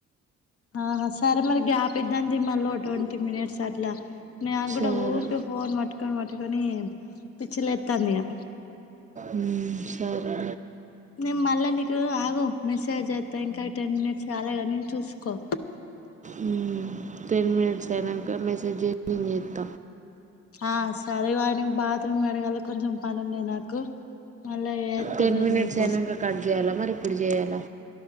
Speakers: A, on the left; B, on the right.
A: ఆ సరే మరి గ్యాప్ పిద్దంతి మల్లో ట్వంటీ మినిట్స్ అట్లా. న్యా గూడా
B: సరే
A: ఊకే ఫోన్ మట్టుకొని పట్టుకొని. పిచ్చి లేతందిగా
B: ఉమ్ సరే
A: నేమ్ మల్ల నీకు ఆగు. మెసేజ్ జెత్త ఇంకా టెన్ మినిట్స్ రాలేగానీ చూస్కో
B: మ్మ్ టెన్ మినిట్స్ అయినంక. మెసేజ్ జై నేన్ చేత్త.
A: ఆ సరే వాయన బాత్రూమ్ కడగాలి కొంచెం పనిఉన్నాయి నాకు మళ్ళా చేత్త
B: టెన్
A: నేను
B: మినిట్స్
A: నీకు
B: అయినంక కట్ జేయాలా మరి ఇప్పుడు చేయాలా